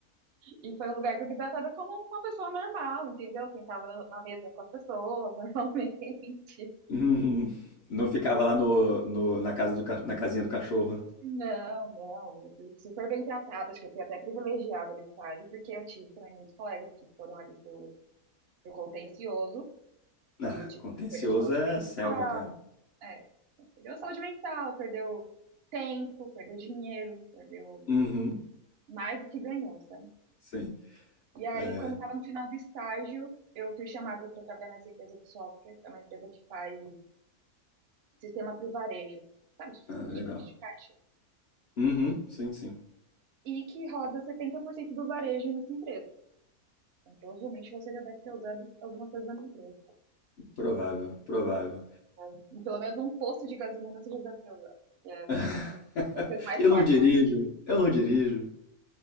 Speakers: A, on the right (about 65°); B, on the left (about 65°).
A: E foi um lugar que eu fui tratada como uma pessoa normal, entendeu? Eu sentava na mesa com as pessoas <laughs> normalmente.
B: Uhum. Não ficava lá no, no- na casa do, ca- na casinha do cachorro, né?
A: Não, não, eu fui super bem tratada, acho que eu fui até privilegiada no estágio, porque eu tive também muitos colegas que foram ali pro, pro contencioso
B: Ah,
A: e, tipo,
B: contencioso
A: perdeu saúde
B: é
A: mental,
B: selva, cara.
A: é, perdeu saúde mental, perdeu tempo, perdeu dinheiro, perdeu
B: Uhum,
A: mais do que ganhou, sabe?
B: sim.
A: E aí,
B: É,
A: quando eu tava no final do estágio, eu fui chamada para trabalhar nessa empresa de software, é uma empresa que faz sistema para o varejo, sabe, tipo,
B: ah,
A: sistema
B: legal.
A: de frente de caixa,
B: Uhum, sim, sim.
A: e que roda 70% do varejo nessa empresa. Então, provavelmente você já deve ter usado alguma coisa da minha empresa.
B: Provável, provável.
A: sabe? Pelo menos um posto de gasolina você já deve ter usado. que É,
B: <laughs>
A: vai ser mais
B: Eu
A: forte,
B: não dirijo,
A: né?
B: eu não dirijo.